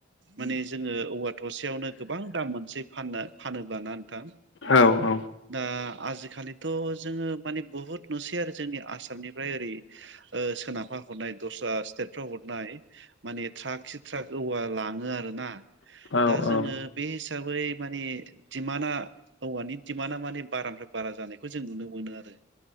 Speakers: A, on the right; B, on the left.
A: माने जोङो औवा थसेयावनो गोबां दाम मोनसै। फानोबा ना नोंथां
B: औ औ
A: दा आजिखालिथ' जोङो माने बुहुत नुसै आरो जोंनि आसामनिफ्राय ओरै सेटफ्राव हरनाय <unintelligible> होना
B: औ औ
A: दा जोंङो बे हिसाबै माने दिमान्डआ औवानि दिमान्डा माने बारानिफ्राइ बारा जानायखौ जों नुनो मोनो आरो।